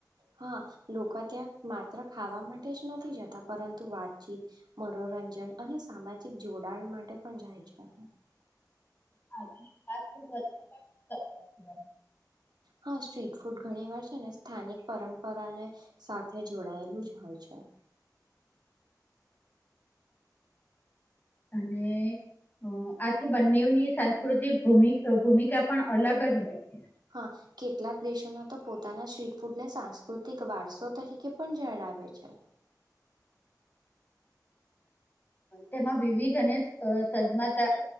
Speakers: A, on the right; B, on the left.
A: હા લોકા ત્યાં માત્ર ખાવા માટે જ નથી જતા. પરંતુ વાતચીત, મનોરંજન અને સામાજિક જોડાણ માટે પણ જાય છે.
B: <inaudible>
A: હા સ્ટ્રીટ ફૂડ ઘણી વાર છે ને સ્થાનિક પરંપરાને સાથે જોડાયેલું જ હોય છે.
B: અને અ આથી બંનેની સાંસ્કૃતિક ભૂમક ભૂમિકા પણ અલગ જ હોય છે.
A: હા કેટલાક દેશોના તો પોતાના સ્ટ્રીટ ફૂડને સાંસ્કૃતિક વારસો તરીકે પણ જણાવે છે.
B: તેમાં વિવિધ અને અ સ સજમાતા